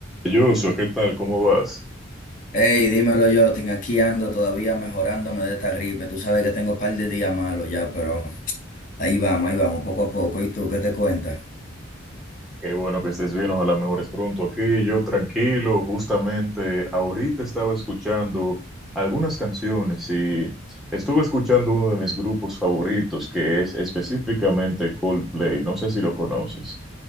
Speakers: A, in the centre; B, on the left.
A: Joshua, ¿qué tal? ¿Cómo vas?
B: Hey, dímelo, Jotin, aquí ando todavía mejorándome de esta gripe. Tú sabes que tengo un par de días malos ya, pero ahí vamos, ahí vamos, poco a poco. ¿Y tú qué te cuentas?
A: Qué bueno que estés bien, ojalá mejores pronto. Aquí yo tranquilo, justamente ahorita estaba escuchando algunas canciones y estuve escuchando uno de mis grupos favoritos que es específicamente Coldplay, no sé si lo conoces.